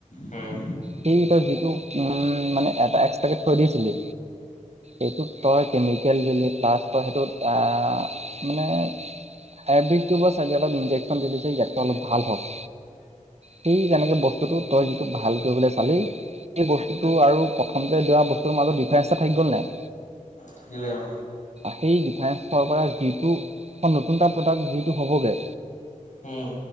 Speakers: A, on the left; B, on the right.
A: উম!
B: সেই, তই যিটো, উম! মানে, এটা এক্সট্ৰাকে থৈ দিছিলি। এইটোত, তই কেমিকেল দিলি, প্লাছ তই সেইটোত, আঁ মানে, আয়ুৰ্বেদটব চাগ অলপ ইঞ্ক্যন দিছে ইটা অলপাল হ'ওক। সেই তেনেকে বস্তুটো তই যিটো ভাল কৰিবলৈ চালেই এই বস্তুটো আৰু প্ৰথমতে দিয়া বস্তুৰ মাজত ডিফাৰেন্স এটা থাকি গ'ল নাই।
A: থাকিলে অ,
B: সেই ডিফাৰেন্ঞ্চৰ পৰা যিটো আকৌ নতুন এটা প্ৰডাক্ট যিটো হ'বগে।
A: হম,